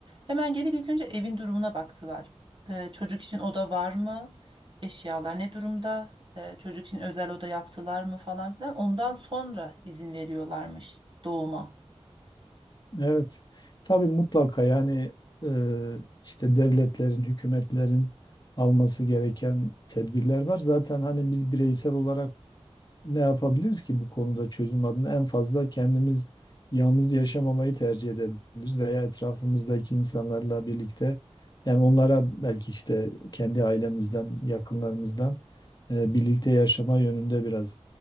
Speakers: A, on the right; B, on the left.
A: Hemen gelip ilk önce evin durumuna baktılar. E, çocuk için oda var mı? eşyalar ne durumda? Ee, çocuk için özel oda yaptılar mı falan filan. Ondan sonra izin veriyorlarmış doğuma.
B: evet. Tabii mutlaka yani e, işte devletlerin, hükümetlerin alması gereken tedbirler var. Zaten hani biz bireysel olarak ne yapabiliriz ki bu konuda çözüm adına? En fazla kendimiz yalnız yaşamamayı tercih edebiliriz veya etrafımızdaki insanlarla birlikte yani onlara belki işte kendi ailemizden, yakınlarımızdan e, birlikte yaşama yönünde biraz